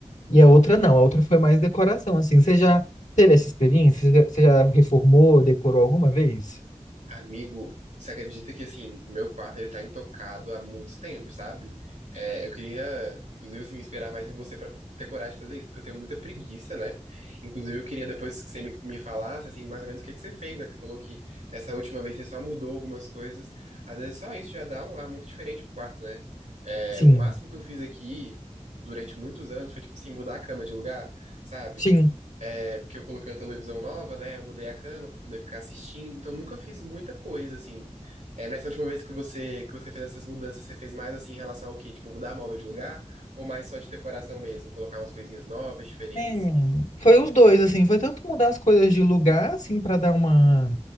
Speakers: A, on the left; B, on the right.
A: E a outra não, a outra foi mais decoração, assim. Você já teve essa experiência? Você já você já reformou, decorou alguma vez?
B: Amigo, você acredita que assim, meu quarto ele tá intocado há muito tempo, sabe? É, eu queria, inclusive, assim, me inspirar mais em você pra ter coragem de fazer isso, porque eu tenho muita preguiça, né? Inclusive, eu queria depois que você me, me falasse, assim, mais ou menos o que que você fez, né? Que Você falou que nessa última vez você só mudou algumas coisas. Às vezes só isso já dá um ar muito diferente pro quarto, né? É,
A: Sim,
B: o máximo que eu fiz aqui durante muitos anos foi, tipo assim, mudar a cama de lugar, sabe?
A: sim.
B: É, porque eu coloquei uma televisão nova, né? Eu mudei a cama pra poder ficar assistindo, então nunca fiz muita coisa, assim. É, nessa última vez que você que você fez essas mudanças, você fez mais assim em relação ao quê? Tipo, mudar móvel de lugar ou mais só de decoração mesmo, colocar umas coisinhas novas, diferentes?
A: É, foi os dois, assim. Foi tanto mudar as coisas de lugar, assim, para dar uma